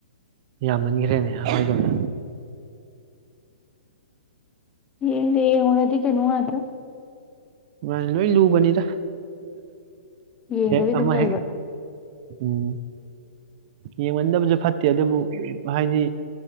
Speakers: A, on the right; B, on the left.
A: ꯌꯥꯝꯅꯤꯡꯈ꯭ꯔꯦꯅꯦ ꯍꯥꯏꯗꯧꯅꯦ
B: ꯌꯦ ꯂꯩ ꯍꯅꯗꯤ ꯀꯩꯅꯣ ꯍꯥꯗ
A: ꯃꯥꯁ ꯂꯣꯏ ꯂꯨꯕꯅꯤꯗ
B: ꯌꯦꯡꯗꯕꯤ
A: ꯍꯦ
B: ꯑꯗꯨꯝ
A: ꯑꯃ
B: ꯂꯩꯕ
A: ꯍ ꯎꯝ ꯌꯦꯡꯃꯟꯗꯕꯁꯨ ꯐꯠꯇꯦ ꯑꯗꯨꯕꯨ ꯍꯥꯏꯗꯤ